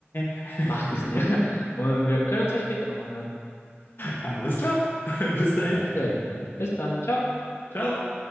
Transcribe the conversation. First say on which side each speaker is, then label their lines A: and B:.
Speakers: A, on the left (about 55°); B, on the left (about 85°).
A: <laughs>
B: Macht es dir. Und wir können uns ja später nochmal hören.
A: Alles klar. <laughs> Bis dahin.
B: Perfekt, dann. Bis dann. Ciao.
A: Ciao.